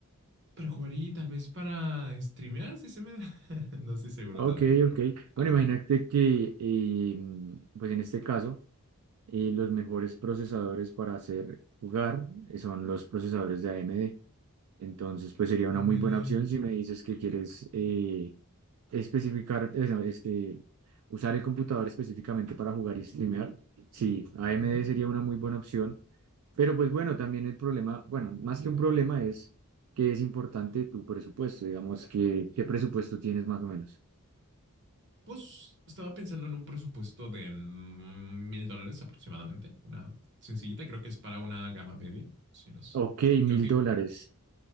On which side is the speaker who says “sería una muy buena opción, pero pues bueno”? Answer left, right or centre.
Right